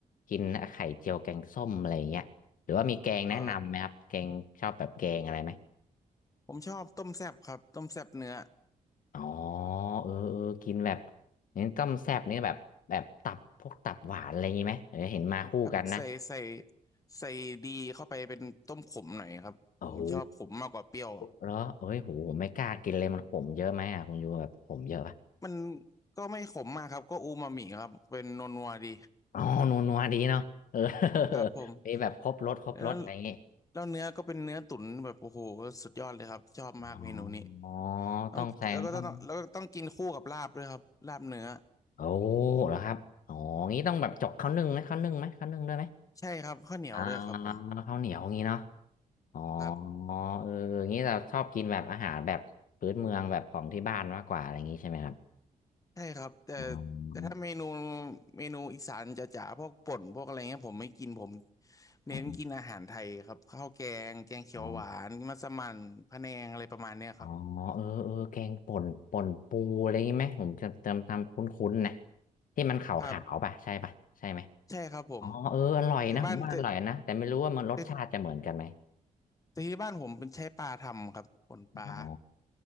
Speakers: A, on the left; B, on the left.
A: กินไข่เจียวแกงส้มอะไรอย่างเงี้ยหรือว่ามีแกงแนะนำไหมครับแกงชอบแบบแกงอะไรไหม
B: เอ่อผมชอบต้มแซ่บครับต้มแซ่บเนื้อ
A: อ๋อเออเออกินแบบเน้นต้มแซ่บนี่แบบแบบตับพวกตับหวานอะไรอย่างนี้ไหมเออเห็นมาคู่กันนะ
B: ครับใส่ใส่ใส่ดีเข้าไปเป็นต้มขมหน่อยครับผมชอบขมมากกว่าเปรี้ยว
A: โอ้โหแล้วเอ้ยผมผมไม่กล้ากินเลยมันขมเยอะไหมอ่ะคุณยูแบบขมเยอะปะ
B: มันก็ไม่ขมมากครับก็อูมามิครับเป็นนัวๆดี
A: อ๋อนัวนัวดีเนาะเออ
B: ครับผม
A: <laughs> มีแบบครบรสครบรสอะไรอย่างงี้
B: แล้วแล้วเนื้อก็เป็นเนื้อตุ๋นแบบโอ้โหสุดยอดเลยครับชอบมากเมนูนี้
A: อ๋ออ๋อ
B: ต้องแล้วก็ต้องแล้วก็ต้องกินคู่กับลาบด้วยครับลาบเนื้อ
A: ต้องแซงต้องโอ้เหรอครับอ๋องี้ต้องแบบจกข้าวนึ่งไหมข้าวนึ่งไหมข้าวนึ่งด้วยไหม
B: ใช่ครับข้าวเหนียวด้วยครับผม
A: อ่าข้าวเหนียวงี้เนาะอ๋อ
B: ครับ
A: เอองี้เราชอบกินแบบอาหารแบบพื้นเมืองแบบของที่บ้านมากกว่าอะไรอย่างงี้ใช่ไหมครับ
B: ใช่ครับแต่
A: อ๋
B: แต่ถ้าเมนู
A: อ
B: เมนูอีสานจ๋าๆพวกป่นพวกอะไรเงี้ยผมไม่กินผมเน้นกินอาหารไทยครับข้าวแกงแกงเขียวหวานมัสมั่นพะแนงอะไรประมาณเนี้ยครับ
A: อ๋ออ๋อ อ๋อเออเออแกงป่นป่นปูอะไรงี้ไหมผมจะจำทำคุ้นๆนะที่มันขาวๆป่ะใช่ป่ะใช่ไหม
B: ครับใช่ครับผม
A: อ๋อเอออร่อยนะผมว่าอร่อยนะแต่ไม่รู้ว่ามันรสชาติจะเหมือนกันไหม
B: แต่บ้านแต่แต่แต่ที่บ้านผมเป็นใช้ปลาทำครับป่นปลา
A: อ๋อ